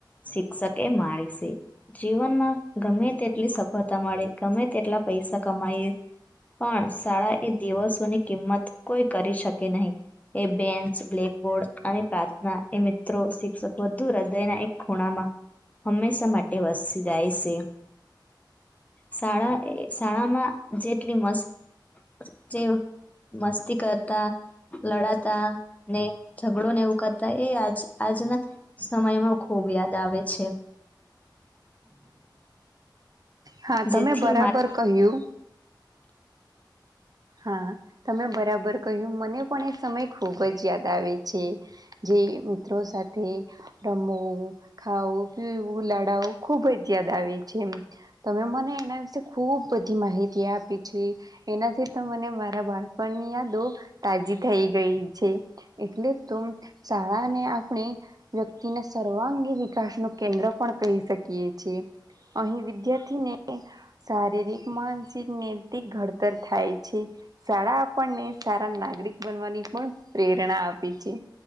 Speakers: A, on the left (about 20°); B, on the right (about 50°).
A: શિક્ષકે મારી છે. જીવનમાં ગમે તેટલી સફળતા મળે, ગમે તેટલા પૈસા કમાઈએ. પણ શાળા એ દિવસોની કિંમત કોઈ કરી શકે નહીં. એ બેન્ચ, બ્લેકબોર્ડ અને પ્રાર્થના એ મિત્રો, શિક્ષક બધુ હૃદયના એક ખૂણામાં હંમેશા માટે વસી જાય છે. શાળા એ શાળામાં જેટલી મસ્ત જે મસ્તી કર તા લડાતા ને ઝઘડો ને એવું કરતા એ આજ આજના સમયમાં ખુબ યાદ આવે છે.
B: હા તમે
A: જેથી
B: બરાબર કહ્યું હા. તમે બરાબર કહ્યું મને પણ એ સમય ખુબ જ યાદ આવે છે. જે મિત્રો સાથે રમવું, ખાવું, પીવું, લડાવું ખુબ જ યાદ આવે છે એ. તમે મને એના વિશે ખુબ બધી માહિતી આપી છે, એનાથી તો મને મારા બાળપણની યાદો તાજી થઈ ગઈ છે. એટલે ત શળા ને આપણે વ્યક્તિને સર્વાંગી વિકાસ નું કેન્દ્ર પણ કહી શકીએ છીએ. અહીં વિદ્યાર્થીને શારીરિક, માનસિક, નૈતિક ઘડતર થાય છે. શાળા આપણને સારા નાગરિક બનવાની પણ પ્રેરણા આપે છે.